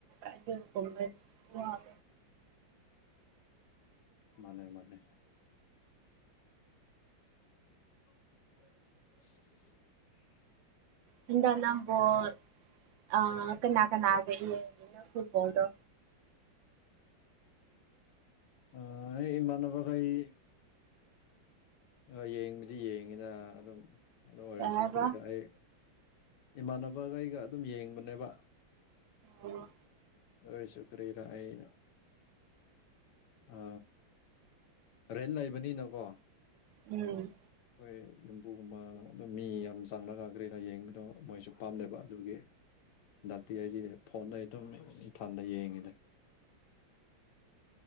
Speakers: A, on the right; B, on the left.
A: ꯑ ꯆ
B: ꯃꯥꯅꯦ ꯃꯅꯦ <unintelligible>
A: ꯅꯨꯡꯗꯥꯡ ꯅꯥ ꯕꯥꯜ ꯑ ꯀꯅꯥ ꯀꯅꯥꯒꯅꯤꯅ ꯐꯨꯠꯕꯣꯜꯗꯣ
B: ꯑ ꯏꯃꯥꯟꯅꯕꯒ ꯑꯩ ꯑ ꯌꯦꯡꯕꯗꯤ ꯌꯦꯡꯉꯤꯗ ꯑꯗꯨꯝ ꯑꯗꯨ ꯑꯣꯏꯔꯁꯨ
A: ꯀꯩ ꯍꯥꯏꯕ
B: ꯀꯔꯤꯗ ꯑꯩ ꯏꯃꯥꯟꯅꯕꯒꯩꯒ ꯑꯗꯨꯝ ꯌꯦꯡꯕꯅꯦꯕ
A: ꯑ
B: ꯑꯁ ꯀꯔꯤꯔ ꯑꯩ ꯑ ꯔꯦꯟꯠ ꯂꯩꯕꯅꯤꯅꯀꯣ
A: ꯎꯝ
B: ꯑꯩꯈꯣꯏ ꯌꯨꯝꯕꯨꯒꯨꯝꯕ ꯑꯗꯨꯝ ꯃꯤ ꯌꯥꯝ ꯆꯥꯡꯅ ꯉꯥꯛꯈ꯭ꯔꯦꯅ ꯌꯦꯡꯕꯗꯣ ꯃꯣꯏꯁꯨ ꯄꯥꯝꯅꯕ ꯑꯗꯨꯒꯤ ꯍꯟꯗꯛꯇꯤ ꯑꯩꯗꯤ ꯐꯣꯟꯗ ꯑꯗꯨꯝ ꯏꯟꯊꯜꯗ ꯌꯦꯡꯉꯤꯅꯦ